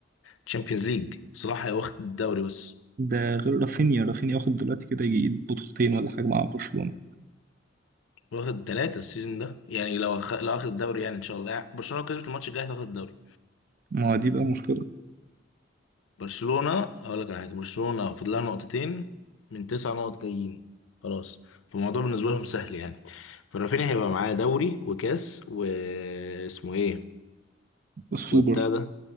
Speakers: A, on the left; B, on the right.
A: تشامبيونز ليج صلاح واخد الدوري بس
B: ده غير رافينيا رافينيا واخد دلوقتي كده يجي بطولتين ولا حاجه مع برشلونه
A: واخد ثلاثه السيزون ده يعني لو أخ... لو اخد الدوري يعني ان شاء الله يعني. برشلونه لو كسبت الماتش الجاي هتاخد الدوري
B: ما هو دي بقى مشكله
A: برشلونة هقول لك على حاجة برشلونة فاضل لها نقطتين من تسع نقط جايين خلاص فالموضوع بالنسبة لهم سهل يعني فرافينيا هيبقى معاه دوري وكاس واسمه ايه
B: السوبر
A: وبتاع ده